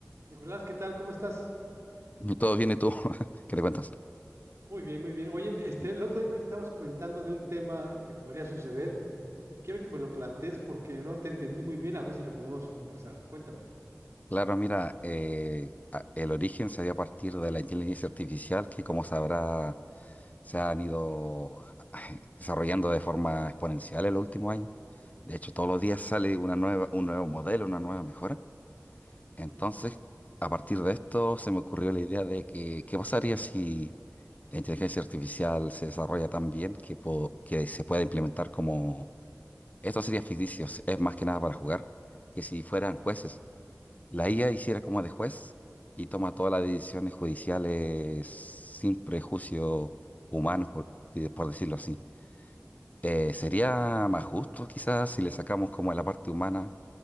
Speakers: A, on the right; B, on the left.
A: Nicolás, ¿qué tal? ¿Cómo estás?
B: No, Todo bien, ¿y tú? <laughs> ¿Qué le cuentas?
A: Muy bien, muy bien. Oye, este,
B: Mm,
A: el otro día me estabas comentando de un tema que podría suceder y quiero que me lo plantees porque no te entendí muy bien, a ver si lo podemos conversar. Cuéntame,
B: Claro, mira, eh, a- el origen se dio a partir de la inteligencia artificial que, como sabrá, se han ido <laughs> desarrollando de forma exponencial en los últimos años. De hecho, todos los días sale una nueva, un nuevo modelo, una nueva mejora. Entonces,
A: ¿sí?
B: a partir de esto, se me ocurrió la idea de que, ¿qué pasaría si la inteligencia artificial se desarrolla tan bien que, po- que se pueda implementar como... Esto sería ficticio, es más que nada para jugar, que si fueran
A: Ujú.
B: jueces. la IA hiciera como de juez y toma todas las decisiones judiciales sin prejuicios humanos, por, eh, por decirlo así. Eh, sería más justo quizás si le sacamos como la parte humana